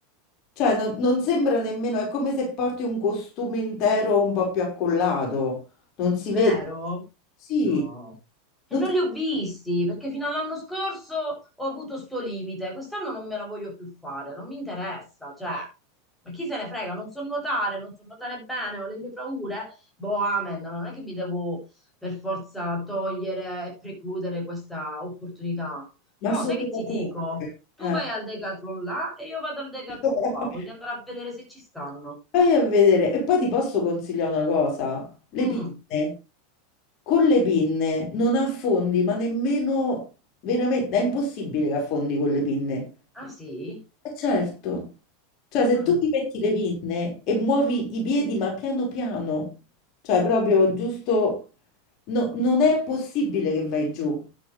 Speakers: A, on the left; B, in the centre.
A: Cioè, non, non sembra nemmeno, è come se porti un costume intero un po' più accollato, non si
B: vero?
A: vede. Sì.
B: No. E
A: Non
B: non
A: so
B: li ho visti, perché fino all'anno scorso ho avuto sto limite. Quest'anno non me la voglio più fare, non mi interessa, cioè. Ma chi se ne frega? Non so nuotare, non so nuotare bene, ho le mie paure. Boh, amen, ma non è che mi devo per forza togliere e precludere questa opportunità.
A: Ma
B: Mo,
A: assolutamente.
B: sai che ti dico? Tu
A: Eh.
B: vai al Decathlon là e io vado al Decathlon
A: <laughs>
B: qua. Voglio andare a vedere se ci stanno.
A: Vai a vedere. E poi ti posso consigliare una cosa. Le
B: Mm.
A: pinne. Con le pinne non affondi, ma nemmeno veramente, è impossibile che affondi con le pinne.
B: Ah sì?
A: Eh, certo. Cioè, se
B: Ah,
A: tu ti metti le pinne e muovi i piedi, ma piano piano, cioè proprio giusto, no- non è possibile che vai giù.